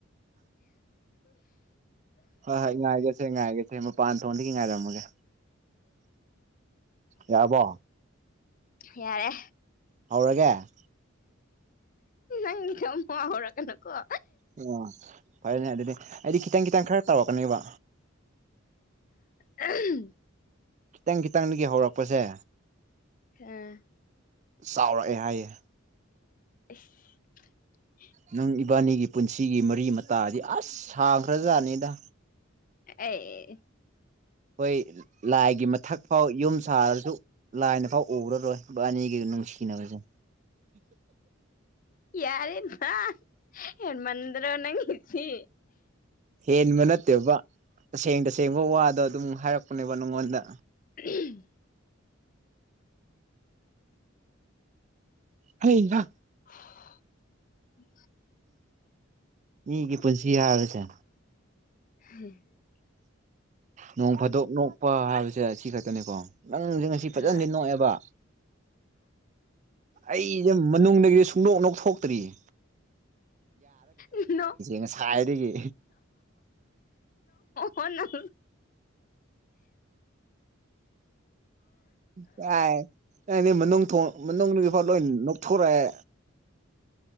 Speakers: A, on the right; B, on the left.
A: ꯍ ꯍ ꯏ ꯉꯒꯦꯁ ꯉꯥꯏꯒꯦ ꯃ ꯄꯥꯟ ꯊꯣꯡꯗꯒꯤ ꯉꯥꯏꯔꯝꯃꯒꯦ ꯌꯥꯔꯕꯣ
B: ꯌꯥꯔꯦ
A: ꯍꯧꯔꯒꯦ
B: ꯅꯪ ꯅꯤꯡ ꯊ ꯃꯍꯍꯔ ꯀꯅꯀꯣ
A: ꯑꯣ ꯐꯔꯅꯦ ꯑꯗꯨꯗꯤ ꯍꯥꯏꯗꯤ ꯈꯤꯇꯪ ꯈꯤꯇꯪ ꯈꯔ ꯇꯧꯔꯛꯀꯅꯦꯕ
B: ꯎ
A: ꯈꯤꯇꯪ ꯈꯤꯇꯪꯗꯒꯤ ꯍꯧꯔꯛꯄꯁꯦ
B: ꯑꯥ
A: ꯆꯥꯎꯔꯛꯑꯦ ꯍꯥꯏꯌꯦꯦ
B: ꯇꯥꯠꯠ <inaudible>
A: ꯅꯪ ꯏꯕꯥꯅꯤꯒꯤ ꯄꯨꯟꯁꯤꯒꯤ ꯃꯔꯤ ꯃꯇꯥꯗꯤ ꯑꯁ ꯁꯥꯥꯡꯈ꯭ꯔꯖꯥꯠꯅꯤꯗ
B: ꯑꯦ
A: ꯑꯩꯣꯏ ꯂꯥꯏꯒꯤ ꯃꯊꯛ ꯐꯥꯎ ꯌꯨꯝ ꯁꯥꯔꯁꯨ ꯂꯥꯏꯅ ꯐꯥꯎ ꯎꯔꯔꯣꯏ ꯑꯅꯤꯒꯤ ꯅꯪꯁꯤꯒ ꯅꯕꯖ
B: ꯌꯥꯔꯦꯃ ꯌꯥꯝ ꯃꯗ꯭ꯔꯣ ꯅꯪꯁꯤ
A: ꯍꯦꯟꯕ ꯅꯠꯇꯦꯕ ꯇꯁꯦꯡ ꯇꯁꯦꯡꯕ ꯋꯥꯗꯣ ꯑꯗꯨꯝ ꯍꯥꯏꯔꯛꯄꯅꯦꯕ ꯅꯉꯣꯟꯗ
B: ꯑꯍꯝ <inaudible>
A: ꯑꯔꯒ
B: ꯎꯝ
A: ꯃꯤ ꯀ ꯄꯨꯟꯁꯤ ꯌꯥꯔꯁ
B: ꯎꯝ
A: ꯅꯣꯡ ꯐꯥꯗꯣꯛ ꯅꯣꯛꯄ ꯍꯥꯏꯕꯁꯦ ꯑꯁꯤ ꯈꯛꯇꯅꯤꯀꯣ ꯅꯪꯁꯦ ꯉꯁꯤ ꯐꯖꯅꯁꯤ
B: ꯍꯣꯏ
A: ꯅꯣꯛꯑꯦꯕ ꯑꯩꯁꯦ ꯃꯅꯨꯡꯗꯒꯤꯗꯤ ꯁꯨꯡꯗꯣꯛꯅꯣꯛ ꯊꯣꯛꯇ꯭ꯔꯤꯌꯦ
B: ꯠ <inaudible> ꯅꯣꯛ
A: ꯉꯁꯥꯏꯗꯒꯤ
B: ꯑꯣ ꯅꯪ <inaudible>
A: ꯇꯥꯏ ꯌꯥꯅꯦ ꯃꯅꯨꯡ ꯊ ꯃꯅꯨꯡꯒꯤꯐꯥꯎ ꯂꯣꯏ ꯅꯣꯛꯊꯣꯔꯛꯑꯦ